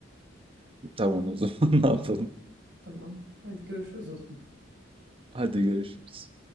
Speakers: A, on the right; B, on the right.
A: Tamam o zaman <laughs> ne yapalım.
B: Tamam. Hadi görüşürüz o zaman.
A: Hadi görüşürüz.